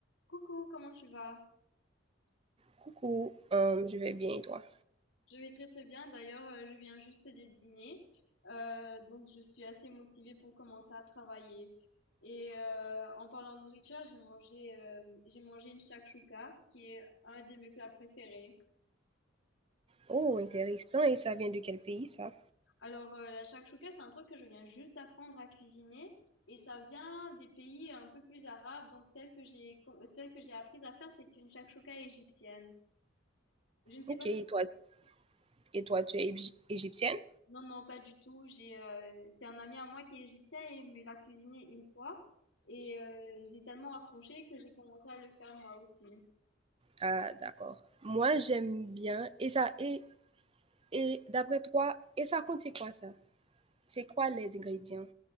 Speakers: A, on the left; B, on the right.
A: Coucou, comment tu vas?
B: Coucou, hem, je vais bien et toi?
A: Je vais très très bien. D'ailleurs, euh, je viens juste de dîner. Euh, donc, je suis assez motivée pour commencer à travailler. Et euh, en parlant de nourriture, j'ai mangé, euh, j'ai mangé une shakshuka, qui est un de mes plats préférés.
B: Oh, intéressant et ça vient de quel pays ça?
A: Alors, euh, la shakshuka, c'est un truc que je viens juste d'apprendre à cuisiner. Et ça vient des pays un peu plus arabes. Donc, celle que j'ai, celle que j'ai apprise à faire, c'est une shakshuka égyptienne. Je ne sais
B: OK
A: pas
B: et
A: si
B: toi et toi tu es égip égyptienne?
A: Non, non, pas du tout. J'ai, euh, c'est un ami à moi qui est égyptien et il me l'a cuisiné une fois. Et euh, j'ai tellement accroché que j'ai commencé à le faire moi aussi.
B: Ah d'accord. Moi j'aime bien et ça et et d'après toi et ça contient quoi ça? C'est quoi les ingrédients?